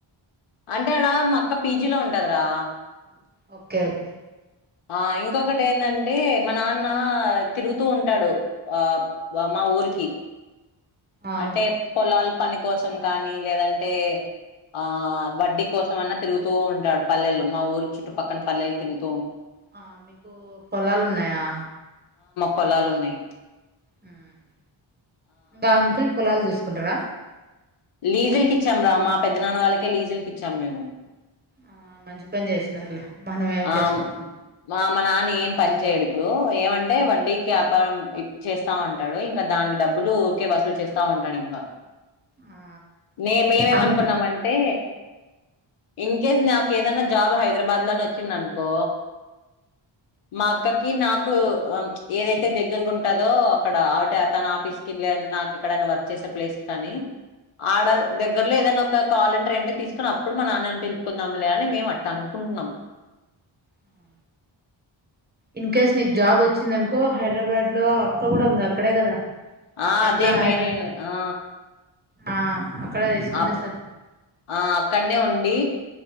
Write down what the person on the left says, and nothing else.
అంటే ఆడా మా అక్క పీజీలో ఉంటదిరా.
ఆహ్ ఇంకొకటి ఏందంటే మా నాన్నా తిరుగుతూ ఉంటాడు ఆహ్ వ మా. ఆ ఊరికి.
అంటే పొలాల పని కోసం కానీ లేదంటే. ఆహ్ వడ్డీ కోసమైనా తిగుతూ ఉంటాడు. పల్లెలు మా ఊరు చుట్టుపక్కన పల్లెలు తిరుగుత్.
పొలాలున్నాయి.
లీజిల్ కిచ్చాం రా మా పెద్దనాన్న వాళ్ళకి కే లీజిల్ కిచ్చాం మేము
ఆమ్ మా మా నాన్నేం. పని చేయడు ఇప్పుడు ఏమంటే వడ్డీకి యాపారం ఇప్ చేస్తా వుంటాడు ఇంకా దానికి డబ్బులు ఉకె వ. వసూలు చేస్తా ఉంటాడు ఇంకా.
నే మేమేమనుకున్నామంటే
ఇంక్. కేస్ నాకు ఏదన్నా జాబ్ హైదరాబాద్ లోనే ఒచ్చింది అనుకో మా అక్కకి నాకు ఆమ్ చ్ ఏదై తే దగ్గరగా ఉంటాదో అక్కడ అవట తన ఆఫీస్ కింద లేదంటే నాకు ఎక్కడైనా వర్క్ చేసే ప్లేస్ కానీ ఆడ దగ్గరలో ఏదన్నా ఒక కావల్ ఎంటే రెంట్ కి తీసుకొని అప్పుడు మా నాన్నని పిలుపుకుందం లే అని మేము అట్ట అనుకున్నామ్.
ఆ
అదే
మేనెన్ ఆ
అప్
ఆ అక్కడనే ఉన్ డీ